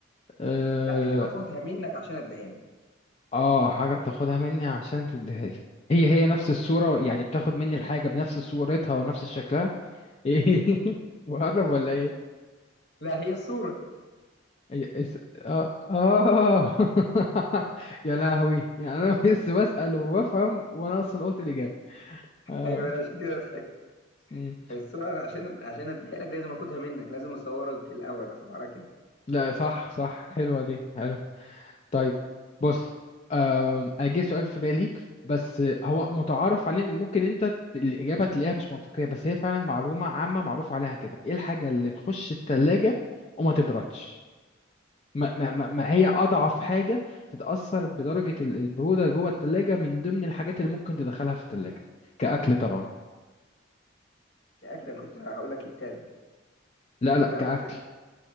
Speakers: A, on the left; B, on the left.
A: آه
B: لا اللي باخدها منك عشان أديها لك
A: اه حاجة بتاخدها مني عشان تديها لي هي هي نفس الصورة يعني بتاخد مني الحاجة بنفس صورتها ونفس شكلها ايه <laughs> بقرب ولا ايه
B: لا هي الصورة
A: هي- اس- اه اه <laughs> يا لهوي يعني انا <laughs> بس بسأل وبفهم وانا اصلا قلت الإجابة اه
B: أيوة أنا عشان كده ضحكت
A: أمم.
B: هي الصورة عشان عشان اديها لك لازم اخدها منك لازم اصورك الاول اصورك انت
A: لا صح صح حلوة دي حلوة طيب بص آم، انا جه سؤال في بالي بس هو متعارف عليه ان ممكن انت ت- الاجابه تلاقيها مش منطقيه بس هي فعلا معلومه عامه معروف عليها كده ايه الحاجه اللي تخش التلاجة وما تبردش ما, ما, ما ما هي اضعف حاجه تتاثر بدرجه ال- البروده جوه التلاجة من ضمن الحاجات اللي ممكن تدخلها في التلاجة كاكل طبعا
B: كأكل أنا كنت هقول لك التلج
A: لا
B: انت كده
A: لا كاكل
B: قلت